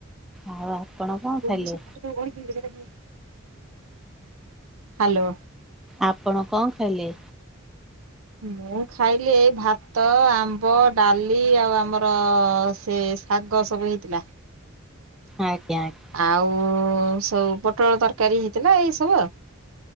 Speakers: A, in the centre; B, on the right.
A: ଆଉ। ଆପଣ କଣ
B: ଯୋଉଠି
A: ଖାଇଲେ?
B: ସେ ଖଟତଳୁ ଗଡିଥିଲୁ ସେଟାକିଏ? ହାଲୋ।
A: ଆପଣ କଣ ଖାଇଲେ?
B: ମୁଁ ଖାଇଲି ଏଇ ଭାତ ଆମ୍ବ ଡ଼ାଲି ଆଉ ଆମର ସେସେ୍ ଶାଗ ସବୁ ହେଇଥିଲା।
A: ଆଜ୍ଞା ଆଜ୍ଞା।
B: ଆଉ ସବୁ ପୋଟଳ ତରକାରୀ ହେଇଥିଲା ଏଇ ସବୁ।